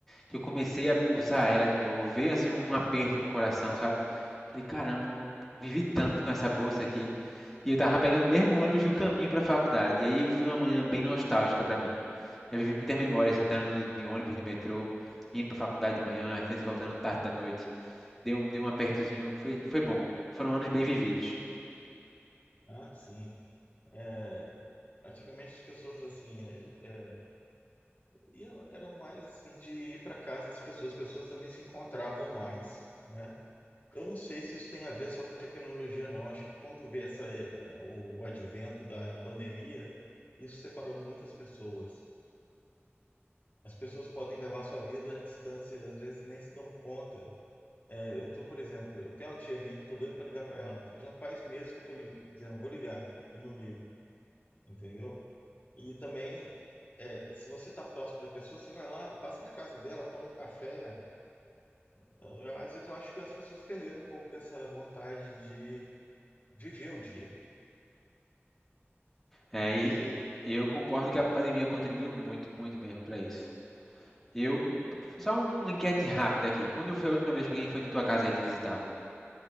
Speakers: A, in the centre; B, on the left.
A: que eu comecei a usar ela de novo, veio assim um aperto no coração, sabe? Falei, caramba, eu vivi tanto com essa bolsa aqui. E eu tava pegando o mesmo ônibus do caminho para a faculdade. E aí foi uma manhã bem nostálgica para mim. Eu vivi muitas memórias andando de de ônibus, de metrô, indo para a faculdade de manhã, às vezes voltando tarde da noite. Deu um, deu um apertozinho, foi, foi bom. Foram anos bem vividos.
B: Ah, sim. É, Antigamente as pessoas assim eh, iam- eram mais assim de ir para casa das pessoas, as pessoas também se encontravam mais, né? Eu não sei se isso tem a ver só com tecnologia, não. Acho que quando veio essa, é, é, o, o advento da pandemia, isso separou muitas pessoas. As pessoas podem levar sua vida à distância e às vezes nem se dão conta. É, eu tô, por exemplo, eu tenho uma tia minha que eu tô doido para ligar para ela. Já faz meses que eu tô lig- dizendo, vou ligar, e não ligo, entendeu? E também, é, se você tá próximo da pessoa, você vai lá, passa na casa dela, toma um café. Eu, eu, às vezes eu acho que as pessoas perderam um pouco dessa vontade de viver o dia.
A: É,
B: Eu
A: e
B: não sei.
A: eu concordo que a pandemia contribuiu muito, muito mesmo para isso. Eu, só uma enquete rápida aqui. Quando foi a última vez que alguém foi na tua casa aí te visitar?